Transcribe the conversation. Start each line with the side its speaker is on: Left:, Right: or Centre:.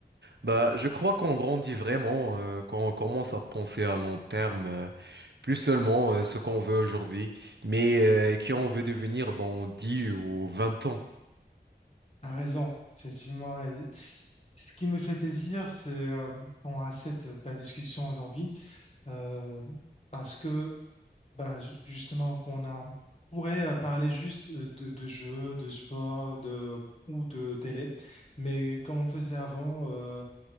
Right: bah, je crois qu'on grandit vraiment euh, quand on commence à penser à long terme, euh, plus seulement euh, ce qu'on veut aujourd'hui, mais euh, qui on veut devenir dans 10 ou 20 ans.
Left: T'as raison, effectivement. et ce qui me fait plaisir, c'est euh, qu'on a cette belle discussion aujourd'hui, euh, parce que Bah, ju- justement, qu'on a, on pourrait euh, parler juste euh, de, de jeux, de sport, de, ou de télé, mais comme on faisait avant, euh,